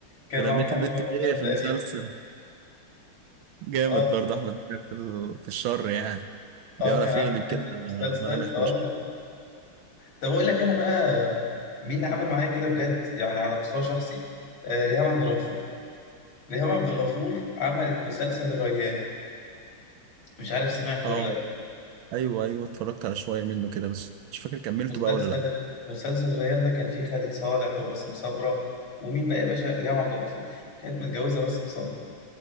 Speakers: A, on the left; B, on the right.
A: كان
B: رميت
A: مع محمد
B: البت
A: رمضان
B: دي في
A: تقريبا
B: المسلسل جامد
A: اه كان-
B: برضه احمد زاهر في ال- في الشر يعني بيعرف
A: اه كان عامل
B: يقلب كده
A: حته مسلسل
B: ملامح
A: اه
B: وش
A: طب اقول لك انا بقى مين اللي عمل معايا كده بجد يعني على مستوى شخصي آه، ريهام عبد الغفور ريهام عبد الغفور عملت مسلسل الريان مش عارف سمعت
B: اه
A: ولا لا
B: ايوه ايوه اتفرجت على شويه منه كده بس مش فاكر كملته
A: مسلسل
B: بقى ولا لا
A: مسلسل الريان ده كان فيه خالد صالح وباسم سمرة ومين بقى يا باشا ريهام عبد الغفور كانت متجوزة باسم سمرة